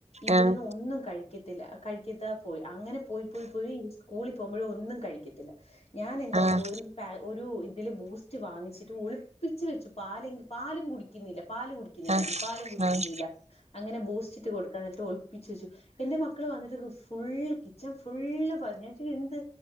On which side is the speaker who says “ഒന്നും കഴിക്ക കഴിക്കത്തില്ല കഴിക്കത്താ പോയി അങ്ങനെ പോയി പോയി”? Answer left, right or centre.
Left